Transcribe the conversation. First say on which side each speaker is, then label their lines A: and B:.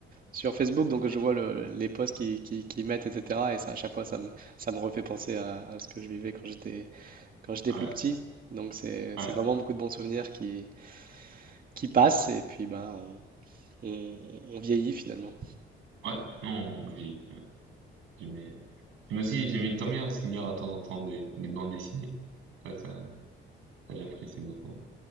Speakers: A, on the right; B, on the right.
A: sur Facebook, donc je vois le- les posts qu'ils qui, qui- qu'ils mettent, etc. Et ça, à chaque fois, ça me, ça me refait penser à, à ce que je vivais quand j'étais quand j'étais
B: Ah
A: plus
B: Ouais,
A: petit. Donc c'est
B: ouais,
A: c'est vraiment beaucoup de bons souvenirs qui, qui passent et puis ben on, on- on vieillit finalement.
B: ouais. Non, on vit. J'aimais j'aimais aussi, j'aimais tant bien aussi lire à temps en temps des, des bandes dessinées. Ça, ça, ça, j'apprécie beaucoup.